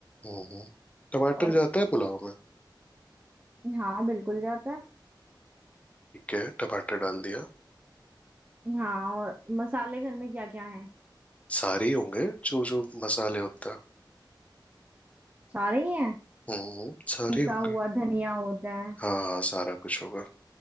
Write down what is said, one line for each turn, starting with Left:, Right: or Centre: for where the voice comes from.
Left: हम्म हम्म, टमाटर
Right: और
Left: जाता है पुलाव में
Right: हाँ बिल्कुल जाता है
Left: ठीक है टमाटर डाल दिया
Right: हाँ और मसाले घर में क्या क्या है
Left: सारे ही होंगे जो जो मसाले होते हैं
Right: सारे ही हैं
Left: हम्म सारे
Right: पिसा
Left: होंगे
Right: हुआ धनिया होता है
Left: हाँ हाँ सारा कुछ होगा